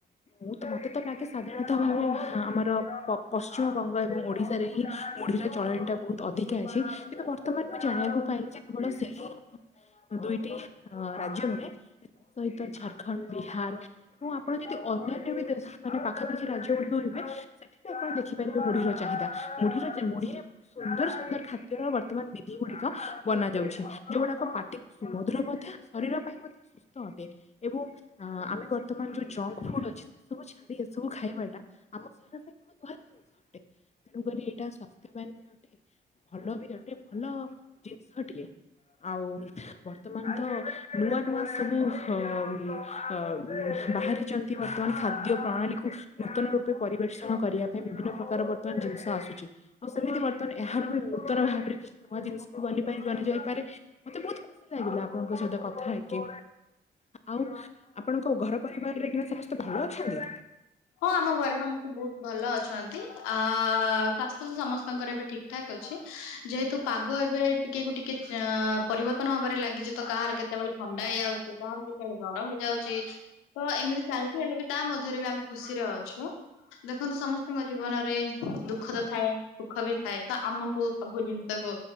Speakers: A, on the left (about 30°); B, on the left (about 85°).
A: ମୁଁ ତ ମତେ ତ ଲାଗେ ସାଧାରଣତଃ ଭାବେ ହାଁ ଆମର ପ ପଶ୍ଚିମବଙ୍ଗ ଏବଂ ଓଡ଼ିଶା ଶାରେ ହିଁ ମୁଢ଼ିର ଚଳଣି ଟା ବହୁତ ଅଧିକା ଅଛି କିନ୍ତୁ ବର୍ତ୍ତମାନ ମୁଁ ଜାଣିବାକୁ ପାଇଲି ଯେ କେବଳ ସେହି ଦୁଇଟି ଅ ରାଜ୍ୟ ନୁହେଁ ତା ସହିତ ଝାରଖଣ୍ଡ ବିହାର ଏବଂ ଆପଣ ଯଦି ଅନ୍ୟାନ୍ୟ ବି ଦେଶ ମାନେ ପାଖାପାଖି ରାଜ୍ୟ ଗୁଡ଼ିକ ହୁଏ ସେଠି ବି ଆପଣ ଦେଖିପାରିବେ ମୁଢିର ଚାହିଦା। ମୁଢିରେ ମୁଢିରେ ବହୁତ ସୁନ୍ଦର ସୁନ୍ଦର ଖାଦ୍ୟର ବର୍ତ୍ତମାନ ବିଧି ଗୁଡ଼ିକ ବନା ଯାଉଛି ଯୋଉଗୁଡ଼ାକ ପାଟିକୁ ସୁୁମୁଦ୍ର ମଧ୍ୟ ଶରୀର ପାଇଁ ମଧ୍ୟ ସୁସ୍ଥ ଅଟେ ଏବଂ ଆମେ ବର୍ତ୍ତମାନ ଯଉ ଜ ଜଙ୍କଫୁଡବୁ ଅଛି ଏସବୁ ଛାଡ଼ି ଖାଇବାଟା ଆମର ଶରୀର ପାଇଁ ବହୁତ ଭଲ ଜିନିଷ ଅଟେ ତେଣୁକରି ଏଇଟା ସ୍୍ୱାସ୍ଥ୍ୟବାନ ବି ଅଟେ ଭଲ ବି ଅଟେ ଭଲ ଜିନିଷଟିଏ। ଆଉ ବର୍ତ୍ତମାନ ତ ନୂଆ ନୂଆ ସବୁ ଅ, ଅ, ଅ ବାହାରିଛନ୍ତି ବର୍ତ୍ତମାନ ଖାଦ୍ୟ ପ୍ରଣାଳୀକୁ ନୂତନ ରୂପେ ପରିବେଷଣ କରିବା ପାଇଁ ବିଭିନ୍ନ ପ୍ରକାର ତ୍ତ ଜିନିଷ ଆସୁଛି ଆଉ ସେମିତି ବର୍ତ୍ତମାନ ଏହାର ବି ନୂତନ ଭାବରେ ନୂଆ ଜିନିଷ ବି ବନିପାରି ବନି ଯାଇପାରେ ମତେ ବହୁତ ଖୁସି ଲାଗିଲା ଆପଣଙ୍କ ସହିତ କଥା ହେଇକି ଆଉ ଆପଣଙ୍କ ଘର ପରିବାରରେ କିନା ସମସ୍ତେ ଭଲ ଅଛନ୍ତି?
B: ହଁ ଆମ ଘରେ ସମସ୍ତେ ବହୁତ ଭଲ ଅଛନ୍ତି ଆ ସ୍ୱାସ୍ଥ୍ୟ ତ ସମସ୍ତଙ୍କର ଏବେ ଠିକଠାକ୍ ଅଛି ଯେହେତୁ ପାଗ ଏବେ ଟିକେ କୁ ଟିକେ ଅ ପରିବର୍ତ୍ତ ନ ହେବାରେ ଲାଗିଛି ତ କାହାର କେତେବେଳେ ଥଣ୍ଡା ହେଇଯାଉଛି କାହାର କେତେବେଳେ ଜର ହେଇଯାଉଛି ତ ଏମିତି ଚାଲିଛି ହେଲେ ବି ତା ମଧ୍ୟ ଖୁସିରେ ଅଛୁ। ଦେଖନ୍ତୁ ସମସ୍ତଙ୍କ ଜୀବନରେ ଦୁଃଖ ତ ଥାଏ ସୁଖ ବି ଥାଏ ତ ଆମକୁ ସବୁ ଜିନିଷ କୁ